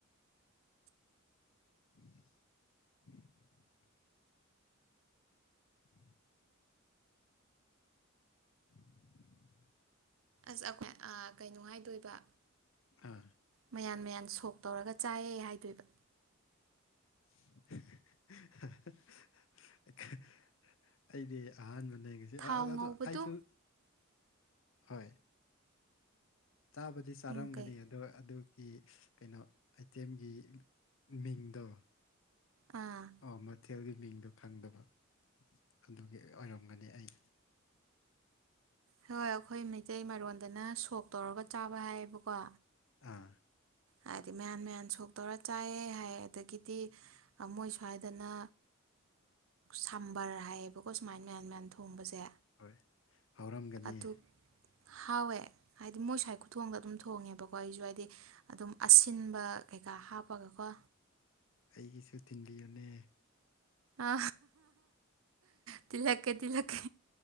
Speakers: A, on the left; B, on the right.
A: <inaudible> <inaudible> <inaudible>
B: ꯑꯁ ꯑꯩꯈꯣꯏ ꯑ ꯀꯩꯅꯣ ꯍꯥꯏꯗꯣꯏꯕ
A: ꯑꯥ
B: ꯃꯌꯥꯟ ꯃꯌꯥꯟ ꯁꯣꯛ ꯇꯧꯔꯒ ꯆꯥꯏꯌꯦ ꯍꯥꯏꯗꯣꯏꯕ
A: <unintelligible> ꯑꯩꯗꯤ ꯑꯍꯥꯟꯕꯅꯦ ꯉꯁꯤ <unintelligible>
B: ꯊꯥꯎ
A: ꯑꯗꯨ
B: ꯉꯧꯕꯗꯨ
A: ꯑꯩꯁꯨ ꯍꯣꯏ ꯆꯥꯕꯗꯤ ꯆꯥꯔꯝꯒꯅꯤ
B: ꯎꯝ ꯀꯩ
A: ꯑꯗꯣ ꯑꯗꯨꯒꯤ ꯀꯩꯅꯣ ꯑꯥꯏꯇꯦꯝꯒꯤ ꯃꯤꯡꯗꯣ
B: ꯑꯥ
A: ꯑꯣ ꯃꯊꯦꯜꯒꯤ ꯃꯤꯡꯗꯣ ꯈꯪꯗꯕ ꯑꯗꯨꯒꯤ ꯑꯣꯏꯔꯝꯒꯅꯤ ꯑꯩ
B: ꯍꯣꯏ ꯑꯩꯈꯣꯏ ꯃꯩꯇꯩ ꯃꯔꯣꯟꯗꯅ ꯁꯣꯛ ꯇꯧꯔꯒ ꯆꯥꯕ ꯍꯥꯏꯌꯦꯕꯀꯣ
A: ꯑꯥ
B: ꯍꯥꯏꯗꯤ ꯃꯌꯥꯟ ꯃꯌꯥꯟ ꯁꯣꯛꯇꯧꯔ ꯆꯥꯏꯌꯦ ꯍꯥꯏ ꯑꯗꯒꯤꯗꯤ ꯃꯣꯏ ꯁ꯭ꯋꯥꯏꯗꯅ ꯁꯝꯕꯔ ꯍꯥꯏꯌꯦꯕꯀꯣ ꯁꯨꯃꯥꯏꯅ ꯃꯌꯥꯟ ꯃꯌꯥꯟ ꯊꯣꯡꯕꯁꯦ
A: ꯍꯣꯏ ꯍꯥꯎꯔꯝꯒꯅꯤ
B: ꯑꯗꯨ ꯍꯥꯎꯋꯦ ꯍꯥꯏꯗꯤ ꯃꯣꯏ ꯁ꯭ꯥꯏ ꯈꯨꯊꯣꯡꯗ ꯑꯗꯨꯝ ꯊꯣꯡꯉꯦꯕꯀꯣ ꯑꯩꯁꯨ ꯍꯥꯏꯗꯤ ꯑꯗꯨꯝ ꯑꯁꯤꯟꯕ ꯀꯩꯀꯥ ꯍꯥꯞꯄꯒꯀꯣ
A: ꯑꯩꯒꯤꯁꯨ ꯊꯤꯟꯕꯤ ꯌꯣꯅꯦ
B: ꯑ ꯇꯤꯂꯛꯀꯦ ꯇꯤꯂꯛꯀꯦ